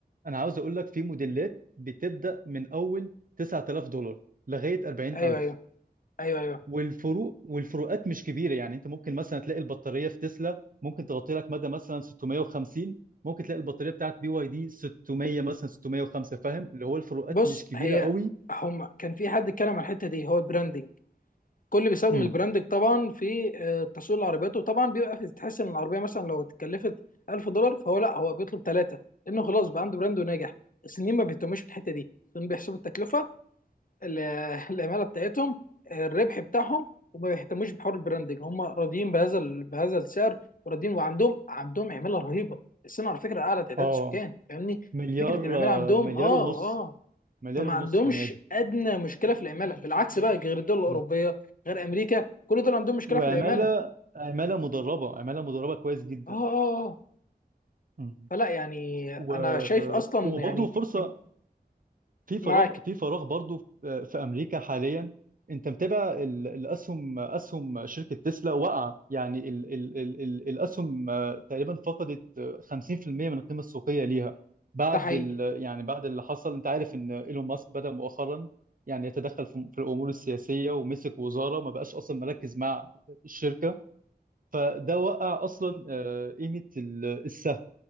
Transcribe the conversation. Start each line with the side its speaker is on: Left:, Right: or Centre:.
Right: انا عاوز اقول لك في موديلات بتبدا من اول 9000 دولار لغايه 40000
Left: ايوه ايوه ايوه ايوه
Right: والفروق والفروقات مش كبيره يعني انت ممكن مثلا تلاقي البطاريه في تسلا ممكن تغطي لك مدى مثلا 650 ممكن تلاقي البطاريه بتاعت بي واي دي 600 مثلا 605 فاهم اللي هو الفروقات
Left: بص
Right: مش كبيره
Left: هي
Right: قوي
Left: هم كان في حد اتكلم عن الحته دي هو البراندنج كل بيستخدم
Right: امم
Left: البراندنج طبعا في آه، تسويق العربيات وطبعا بيبقى في تحس ان العربيه مثلا لو اتكلفت 1000 دولار فهو لا هو بيطلب ثلاثه لانه خلاص بقى عنده براند وناجح الصينيين ما بيهتموش بالحته دي لان بيحسبوا التكلفه ال- <laughs> العماله بتاعتهم الربح بتاعهم وما بيهتموش بحوار البراندنج هم راضيين بهذا ال- بهذا السعر وراضيين وعندهم عندهم عماله رهيبه الصين على فكره اعلى تعداد
Right: اه
Left: سكان فاهمني
Right: مليار
Left: فكره العماله
Right: آه،
Left: عندهم
Right: مليار
Left: اه
Right: ونص
Left: اه
Right: مليار
Left: فما
Right: ونص
Left: عندهمش
Right: بني ادم
Left: ادنى مشكله في العماله بالعكس بقى غير الدول الاوروبيه
Right: مم.
Left: غير امريكا كل دول عندهم مشكله
Right: وعماله
Left: في العماله
Right: عماله مدربه عماله مدربه كويس جدا
Left: اه اه اه
Right: مم.
Left: فلا يعني انا
Right: و...
Left: شايف اصلا
Right: وبرضه
Left: يعني
Right: فرصه
Left: من
Right: في فراغ
Left: معاك
Right: في فراغ برضو في في امريكا حاليا انت متابع ال- الاسهم اسهم شركه تسلا وقع يعني ال ال ال ال الاسهم آه، تقريبا فقدت آه، 50% من القيمه السوقيه ليها بعد
Left: ده حقيقي
Right: ال يعني بعد اللي حصل انت عارف ان ايلون ماسك بدأ مؤخرا يعني يتدخل في في الامور السياسيه ومسك وزاره ما بقاش اصلا مركز مع الشركه فده وقع اصلا آه، قيمه ال- السهم